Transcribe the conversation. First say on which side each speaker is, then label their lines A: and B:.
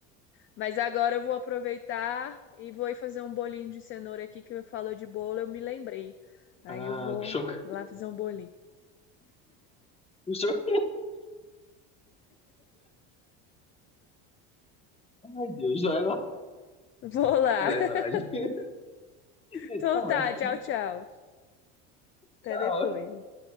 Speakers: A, on the left; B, on the left.
A: Mas agora eu vou aproveitar e vou ir fazer um bolinho de cenoura aqui que eu falou de bolo, eu me lembrei. Aí
B: Ah,
A: eu vou
B: que choque
A: lá fazer um bolinho.
B: <laughs> Ai, Deus, vai lá.
A: Vou lá.
B: Verdade.
A: <laughs>
B: <laughs> A gente
A: Então
B: conversa
A: tá, tchau,
B: hoje.
A: tchau. Até
B: Tchau.
A: depois.